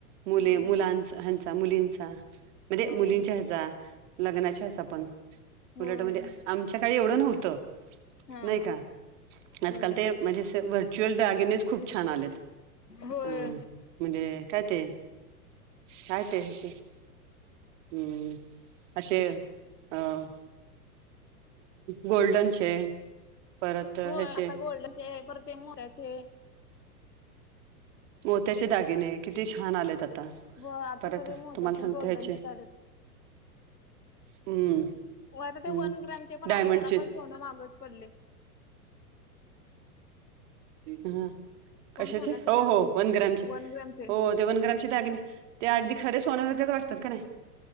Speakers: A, on the right; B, on the left.
A: मुले
B: होय
A: मुलांचा हचा मुलींचा म्हणजे
B: होय
A: मुलींच्या ह्याचा लग्नाच्या ह्याचा पण
B: होय
A: उलटमध्ये आमच्या काळी एवढं नव्हतं
B: हा.
A: नाही का आजकाल
B: होय.
A: ते म्हणजे व्हर्च्युअल डागेनेच खूप खूप छान आलेत
B: होय
A: अ म्हणजे काय ते काय ते आहे अस हम्म असे अह गोल्डनचे परत
B: हो आता
A: ह्याचे
B: गोल्डचेत तेमुळेचे
A: मोत्याचे दागिने किती छान आलेत आता
B: हो आता
A: परत
B: सगळे मोत्याचे
A: तुम्हाला सांगता
B: गोल्डनचे
A: याचे
B: आलेत.
A: हम्म
B: हो आता ते
A: हम्म
B: वन ग्रॅमचे पण
A: डायमंडचे
B: आले त्याला पण सोनं माग पडले
A: ह
B: कोण
A: कशाचे
B: सोन्याचे
A: हो
B: घ्यायला
A: हो वन ग्रामचे
B: वन ग्रॅमचे
A: हो ते वन ग्रामचे दागिने ते अगदी खरे सोनसारखेच वाटतात का नाही